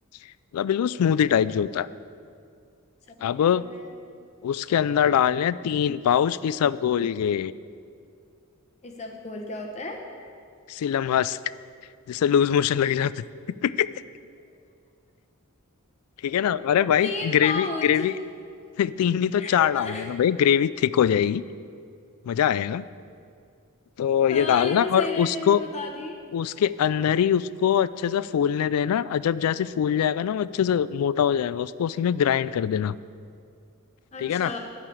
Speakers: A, on the left; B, on the left.
A: मतलब बिल्कुल स्मूदी टाइप जो होता है अब
B: फिर क्या करना है
A: उसके अंदर डालने हैं तीन पाउच इसबगोल के
B: इस सब घोल क्या होता है
A: सिलम हस्क जिससे लूज मोशन लग जाते हैं। <laughs> ठीक है ना अरे भाई
B: तीन
A: ग्रेवी
B: पाउच
A: ग्रेवी <laughs> तीन नहीं तो
B: <laughs>
A: चार डाल देना भाई ग्रेवी थिक हो जाएगी मजा आएगा तो ये
B: हाँ
A: डालना
B: ये तो सही
A: और
B: रेसिपी
A: उसको
B: बता दी
A: उसके अंदर ही उसको अच्छे से फूलने देना और जब जैसे फूल जाएगा ना वो अच्छे से मोटा हो जाएगा उसको उसी में ग्राइंड कर देना ठीक
B: अच्छा
A: है ना